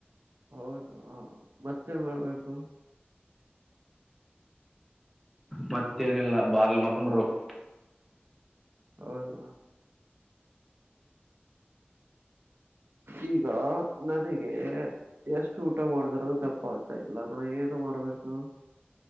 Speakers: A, on the right; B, in the centre.
A: ಹೌದ ಮತ್ತೇನ್ ಮಾಡ್ಬೇಕು
B: ಮತ್ತೇನಿಲ್ಲ ಬಾರ್ಲ್ ಮಕ್ಕೊಂಬಿರ್ಬೇಕು
A: ಹೌದ ಈಗ ನನಗೆ ಎಷ್ಟು ಊಟ ಮಾಡಿದ್ರರು ತಪ್ಪಾಗಗ್ತಾ ಇಲ್ಲ ನಾ ಏನು ಮಾಡ್ಬೇಕು